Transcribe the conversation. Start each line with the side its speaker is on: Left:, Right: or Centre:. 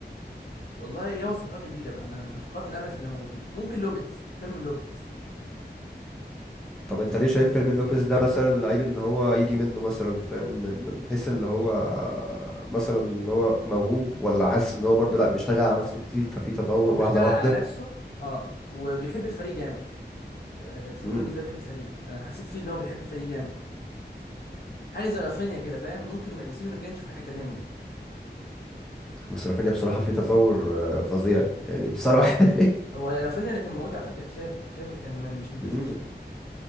Left: والله يا هو صفقات جديده بقى انا ما- فقدت الامل في اللي موجودين ممكن لوبيز فيرمين لوبيز
Centre: طب انت ليه شايف فيرمين لوبيز ده مثلا لعيب ان هو يجي منه مثلا فاهم من من حيث اللي هو مثلا اللي هو موهوب ولا حاسس ان هو برضه لا بيشتغل على نفسه كتير ففي تطور
Left: هو بيشتغل
Centre: واحده واحده
Left: على نفسه اه وبيحب الفريق جامد آه، فيرمين
Centre: امم
Left: لوبيز ده بيحب الفريق انا حسيت فيه ان هو بيحب الفريق جامد حاجه زي رافينيا كده فاهم ممكن من السيزون الجاي نشوف حاجه تانية منه
Centre: بس رافينيا بصراحه في تطور آه، فظيع يعني بصراحه <laughs>
Left: هو رافينيا اللي كان موجود على فكره تشافي تشافي كان م- مش مديه
Centre: امم
Left: فرصته